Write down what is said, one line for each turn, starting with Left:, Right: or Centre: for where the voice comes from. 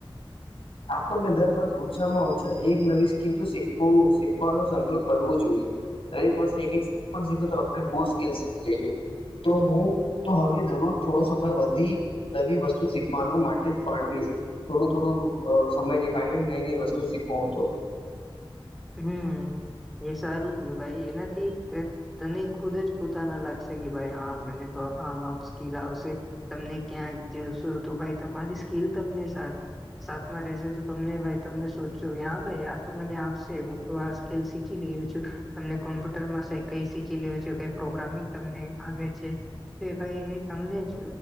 Left: આપણને દર વર્ષ ઓછામાં ઓછા એક નવી સ્કિલ શીખવાનો સંકલ્પ કરવો જોઈએ દરેક વર્ષે એક એક સ્કીલ પણ શીખે તો આપણે બહુ સ્કીલ શીખી જઈએ તો હું તો હવે દરરોજ થોડો સમય વધી નવી વસ્તુ શીખવાનું માટે ફાળવીશ થોડું થોડું સમય નીકાળીને નઈ નઈ વસ્તુ શીખવો હતો
Centre: હમ્મ એ સારું કેવાય એનાથી તને ખુદ જ પોતાના લાગશે કે ભાઈ હા બને તો આમ આમ સ્કીલ આવશે તમને ક્યાંક જશો તો ભાઈ તમારી સ્કીલ તમને સા સાથમાં રશે તો તમને ભાઈ તમને સોચ્યું કે હા ભાઈ આ તો મને આવશે તે હું તો આજકાલ શીખી લીયુ છું તમને કોમ્પ્યુટરમાં કઈ શીખી લીયુ છે કઈ પ્રોગ્રામિંગ તમને આવે છે કે કાંઈ એ તમને જ